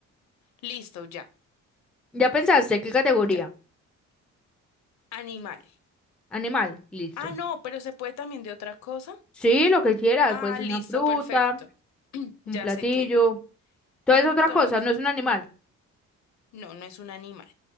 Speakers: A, on the left; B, in the centre.
A: listo, ya,
B: ¿Ya pensaste qué categoría?
A: ya. Animal.
B: Animal, listo.
A: Ah, no, pero se puede también de otra cosa.
B: Sí, lo que quieras,
A: Ah,
B: puede ser
A: listo,
B: una fruta,
A: perfecto. <clears throat> Ya
B: un platillo.
A: sé qué.
B: Entonces
A: Entonces,
B: otra cosa, no es un animal.
A: no, no es un animal.